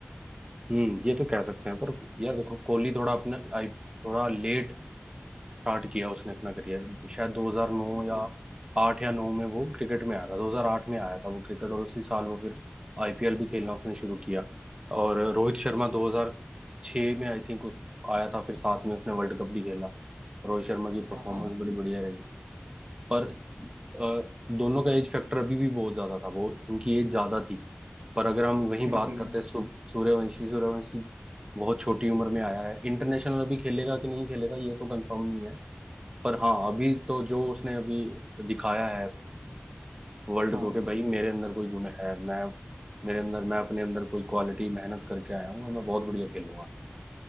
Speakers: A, on the right; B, on the right.
A: हम्म ये तो कह सकते हैं पर यार देखो कोहली थोड़ा अपना आई थोड़ा लेट स्टार्ट किया उसने अपना करियर शायद 2009
B: बिल्कुल
A: या आठ या नौ में वो क्रिकेट में आया था 2008 में आया था वो क्रिकेट और उसी साल वो फिर आईपीएल भी खेलना उसने शुरू किया और रोहित शर्मा 2006 में आई थिंक आया था फिर साथ में उसने वर्ल्ड कप भी खेला रोहित शर्मा की परफॉर्मेंस
B: हाँ हाँ
A: बड़ी बढ़िया रही पर अ, दोनों का एज फैक्टर अभी भी बहुत ज्यादा था वो उनकी एज ज्यादा थी पर अगर हम वही
B: बिल्कुल
A: बात करते
B: बिल्कुल
A: हैं सु- सूर्यवंशी सूर्यवंशी बहुत छोटी उम्र में आया है इंटरनेशनल अभी खेलेगा कि नहीं खेलेगा ये तो कंफर्म नहीं है पर हाँ अभी तो जो उसने अभी दिखाया है वर्ल्ड
B: हाँ
A: को कि भाई मेरे अंदर कोई गुण है मैं मेरे अंदर मैं अपने अंदर कोई क्वालिटी मेहनत करके आया हूँ और मैं बहुत बढ़िया खेलूंगा